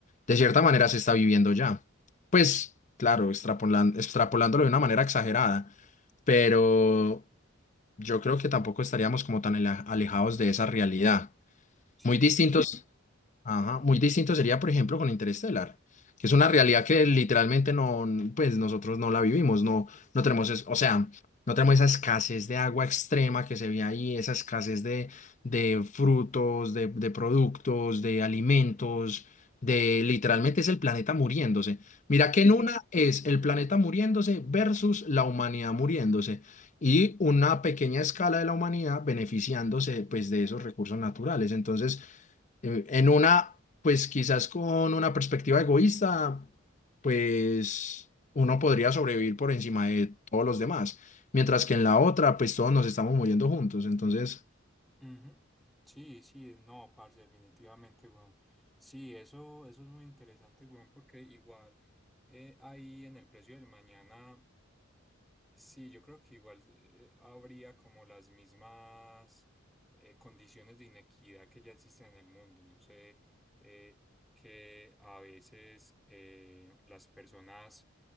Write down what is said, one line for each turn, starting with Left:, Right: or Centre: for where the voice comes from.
Left: De cierta manera se está viviendo ya. Pues claro, extrapolan- extrapolándolo de una manera exagerada, pero yo creo que tampoco estaríamos como tan ale- alejados de esa realidad.
Centre: Sí,
Left: Muy distintos.
Centre: total.
Left: Ajá, Muy distinto sería, por ejemplo, con Interestelar, que es una realidad que literalmente no, pues nosotros no la vivimos, no, no tenemos, es- o sea, no tenemos esa escasez de agua extrema que se ve ahí, esa escasez de, de frutos, de, de productos, de alimentos, de literalmente es el planeta muriéndose. Mira que en una es el planeta muriéndose versus la humanidad muriéndose y una pequeña escala de la humanidad beneficiándose, pues, de esos recursos naturales. Entonces, eh, en una, pues quizás con una perspectiva egoísta, pues uno podría sobrevivir por encima de todos los demás, mientras que en la otra, pues todos nos estamos muriendo juntos. Entonces,
Centre: Ujú. Sí, sí, no, parce, definitivamente, weón. Sí, eso, eso es muy interesante, weón, porque igual eh, ahí en el precio del mañana. Sí, yo creo que igual eh, habría como las mismas eh, condiciones de inequidad que ya existen en el mundo. No sé, eh, que a veces eh, las personas